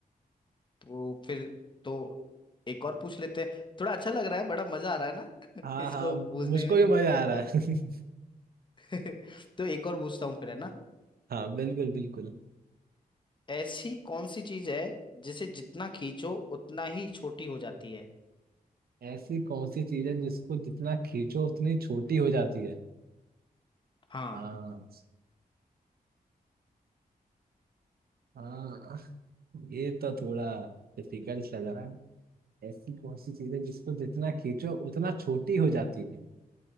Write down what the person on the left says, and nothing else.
तो फिर तो एक और पूछ लेते हैं थोड़ा अच्छा लग रहा है बड़ा मजा आ रहा है ना <laughs>
इसको
बूझने
में
<laughs> तो एक और पूछता हूँ फिर है ना
ऐसी कौन सी चीज है जिसे जितना खींचो उतना ही छोटी हो जाती है
हाँ